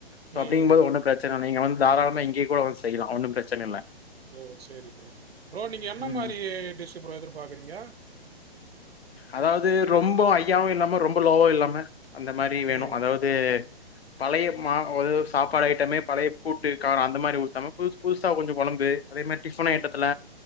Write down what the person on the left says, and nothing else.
சோ
அப்டிங்கும் போது ஒன்னு பிரச்சன் இல் நீங்க வந்து தாராளம்மா இங்கயே கூட வந்து செய்யலா ஒன்னு பிரச்சனை இல்ல
ம்.
அதாவது ரொம்ப ஐயாவு இல்லாம ரொம்ப லோவா இல்லாம அந்த மாரி வேணு
அதாவது பழைய மா <unintelligible> சாப்பாடு ஐட்டமே பழைய கூட்டு காரோ அந்த மாரி ஊத்தாம புதுசு புதுசா கொஞ்சோ கொழம்பு அதே மேர் டிஃபன் ஐட்டத்துல